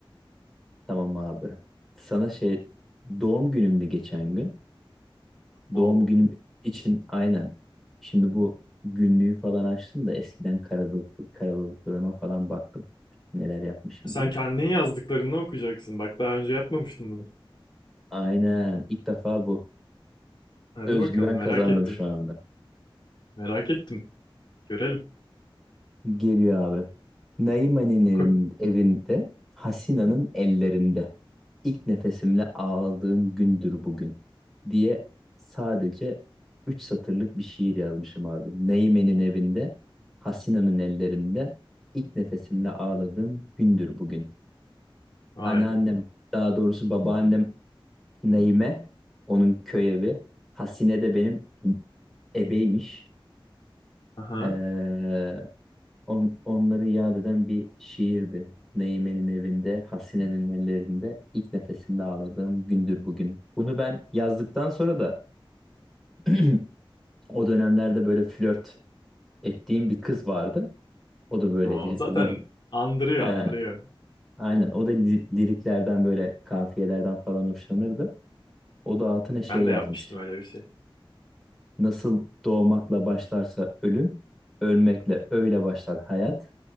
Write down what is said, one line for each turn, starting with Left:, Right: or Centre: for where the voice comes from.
Centre: Tamam abi. Sana şey doğum günümde geçen gün.
Left: Oo.
Centre: Doğum günüm için aynen. Şimdi bu günlüğü falan açtım da eskiden karalılık, karalılıklarıma falan baktım. Neler yapmışım
Left: Sen
Centre: diye.
Left: kendin yazdıklarını okuyacaksın. Bak daha önce yapmamıştım bunu.
Centre: Aynen. İlk defa bu.
Left: Hadi
Centre: Özgüven
Left: bakalım merak
Centre: kazandım
Left: ettim.
Centre: şu anda.
Left: Merak ettim. Görelim.
Centre: Geliyor abi. Naiman'in
Left: Oku.
Centre: evin- evinde, Hasina'nın ellerinde. İlk nefesimle ağladığım gündür bugün diye sadece 3 satırlık bir şiir yazmışım abi. Naime'nin evinde, Hasina'nın ellerinde ilk nefesimle ağladığım gündür bugün.
Left: Vay
Centre: Anneannem,
Left: be.
Centre: daha doğrusu babaannem Naime, onun köy evi. Hasine de benim ebeymiş.
Left: Aha.
Centre: Ee, On, onları yad eden bir şiirdi. Neymen'in evinde, Hasine'nin ellerinde, ilk nefesimde ağladığım gündür bugün. Bunu ben yazdıktan sonra da <clears throat> o dönemlerde böyle flört ettiğim bir kız vardı. O da böyle
Left: Oo,
Centre: li-
Left: zaten
Centre: lirik.
Left: andırıyor
Centre: He,
Left: andırıyor.
Centre: aynen o da li- liriklerden böyle kafiyelerden falan hoşlanırdı. O da altına şey
Left: Ben
Centre: yazmış.
Left: de yapmıştım öyle bir şey.
Centre: Nasıl doğmakla başlarsa ölüm, ölmekle öyle başlar hayat.